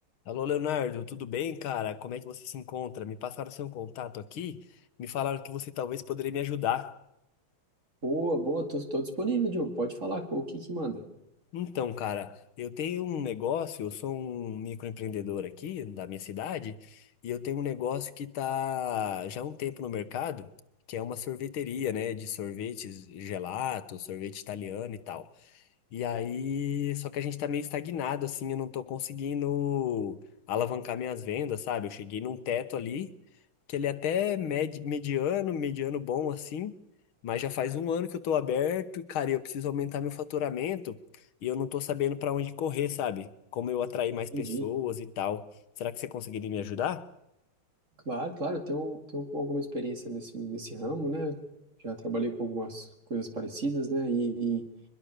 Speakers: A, on the left (about 80°); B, on the right (about 35°).
A: Alô, Leonardo, tudo bem, cara? Como é que você se encontra? Me passaram seu contato aqui, me falaram que você talvez poderia me ajudar.
B: Boa, boa, tô, tô disponível, Diogo. Pode falar, o que que manda?
A: Então, cara, eu tenho um negócio, eu sou um microempreendedor aqui da minha cidade, e eu tenho um negócio que tá já há um tempo no mercado, que é uma sorveteria, né, de sorvetes, gelato, sorvete italiano e tal. E aí, só que a gente tá meio estagnado, assim, eu não tô conseguindo alavancar minhas vendas, sabe? Eu cheguei num teto ali, que ele é até med- mediano, mediano bom, assim, mas já faz um ano que eu tô aberto, e, cara, eu preciso aumentar meu faturamento e eu não tô sabendo pra onde correr, sabe? Como eu atrair mais pessoas
B: Entendi.
A: e tal. Será que você conseguiria me ajudar?
B: Claro, claro, eu tenho, tenho alguma experiência nesse, nesse ramo, né? Eu já trabalhei com algumas coisas parecidas, né? E, e